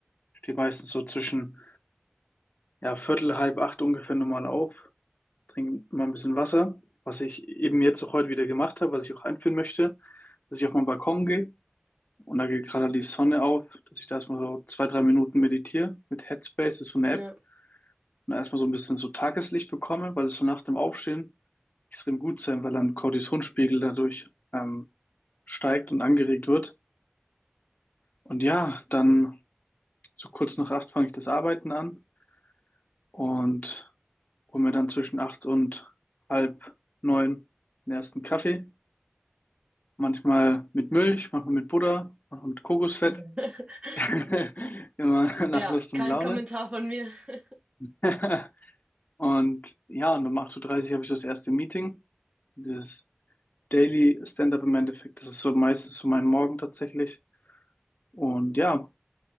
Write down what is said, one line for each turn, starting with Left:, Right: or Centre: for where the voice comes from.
Left: stehe meistens so zwischen ja, Viertel, halb acht ungefähr normal auf, trinke mal ein bisschen Wasser, was ich eben jetzt auch heute wieder gemacht habe, was ich auch einführen möchte, dass ich auf meinen Balkon gehe und da geht gerade die Sonne auf, dass ich da erstmal so zwei, drei Minuten meditiere mit Headspace, das ist so eine
Right: Ja.
Left: App, und da erstmal so ein bisschen so Tageslicht bekomme, weil es so nach dem Aufstehen extrem gut sein, weil dann Cortisonspiegel dadurch ähm, steigt und angeregt wird. Und ja, dann so kurz nach acht fange ich das Arbeiten an und hole mir dann zwischen acht und halb neun den ersten Kaffee Manchmal mit Milch, manchmal mit Butter, manchmal mit Kokosfett.
Right: <laughs>
Left: <laughs> Immer nach
Right: Ja,
Left: Lust
Right: kein
Left: und Laune.
Right: Kommentar von mir. <laughs>
Left: <laughs> Und ja, und um acht Uhr dreißig habe ich das erste Meeting. Dieses Daily Stand-up im Endeffekt, das ist so meistens so mein Morgen tatsächlich. Und ja,